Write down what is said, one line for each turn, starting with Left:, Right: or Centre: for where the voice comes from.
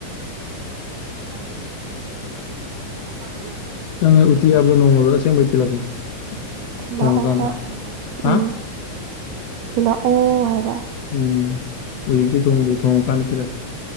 Right: <unintelligible>
Left: ꯅꯪ ꯎꯇꯤ ꯍꯥꯏꯕꯗꯣ ꯅꯣꯡꯃꯗ ꯑꯁꯦꯡꯕꯩ <unintelligible>
Right: ꯊꯤꯜꯂꯛꯑꯣ
Left: ꯊꯣꯡꯉꯀꯥꯟꯗ
Right: ꯍꯣꯏ
Left: ꯍꯥ
Right: ꯎꯝ ꯊꯤꯜꯂꯛꯑꯣ ꯍꯥꯏꯕ
Left: ꯎꯝ ꯍꯧꯖꯤꯛꯇꯤ ꯊꯣꯡꯗ꯭ꯔꯤ ꯊꯣꯡꯉꯀꯥꯟꯗ ꯄꯤꯔꯛꯀꯦ